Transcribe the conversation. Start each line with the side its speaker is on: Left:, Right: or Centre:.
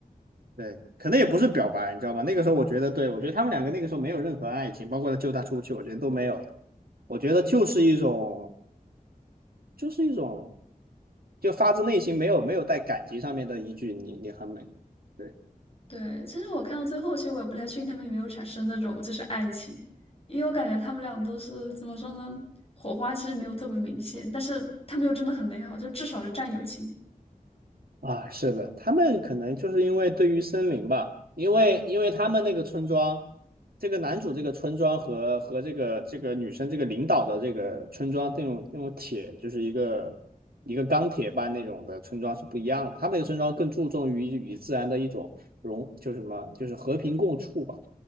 Right: 对，可能也不是表白，你知道吗？那个时候我觉得，对我觉得他们两个那个时候没有任何爱情，包括他救她出去，我觉得都没有。我觉得就是一种，就是一种，就发自内心没有没有带感情上面的一句你你很美。对。
Left: <laughs> 对，其实我看到最后，其实我也不太确定他们有没有产生那种就是爱情，因为我感觉他们俩都是怎么说呢，火花其实没有特别明显，但是他们又真的很美好，就至少是战友情。
Right: 啊，是的，他们可能就是因为对于森林吧，因为因为他们那个村庄，这个男主这个村庄和和这个这个女生这个领导的这个村庄那种那种铁，就是一个一个钢铁般那种的村庄是不一样的。他们那个村庄更注重于与自然的一种融，就是什么，就是和平共处吧。